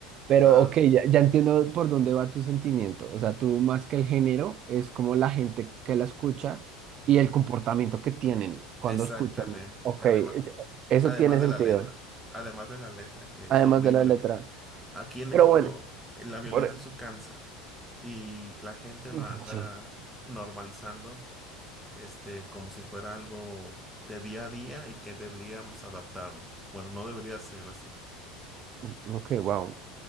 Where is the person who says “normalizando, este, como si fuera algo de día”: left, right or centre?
Centre